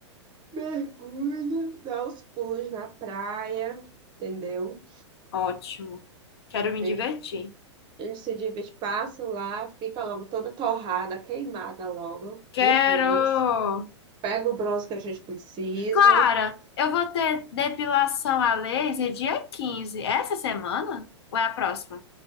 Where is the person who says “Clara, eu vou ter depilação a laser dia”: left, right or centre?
Left